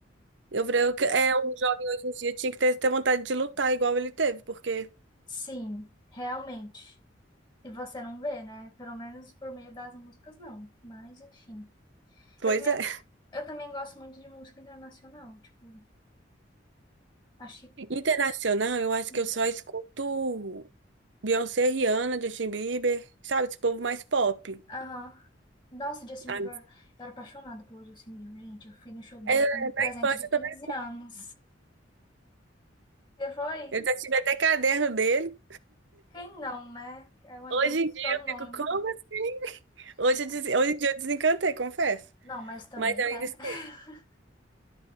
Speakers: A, on the right; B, on the left.
A: Eu falei, eu que- é um jovem hoje em dia tinha que ter, ter vontade de lutar igual ele teve, porque,
B: Sim, realmente. E você não vê, né? Pelo menos por meio das músicas, não. Mas, enfim.
A: pois
B: Eu também,
A: é. <laughs>
B: eu também gosto muito de música internacional. Tipo, achei.
A: Internacional, eu acho
B: hum,
A: que eu só escuto Beyoncé, Rihanna, Justin Bieber, sabe, esse povo mais pop.
B: Aham. Nossa, Justin
A: Ah,
B: Bieber, eu era apaixonada pelo Justin Bieber, gente. Eu fui no show dele
A: É, na
B: com um presente
A: infância
B: de 15
A: também.
B: anos. Você foi?
A: Eu já tive até caderno dele.
B: Quem não, né? É um evento
A: Hoje em dia
B: canônico.
A: eu fico, como assim? Hoje,
B: Não,
A: eu des- hoje em dia eu desencantei, confesso.
B: não, mas também,
A: Mas eu ainda
B: né?
A: escuto.
B: <laughs>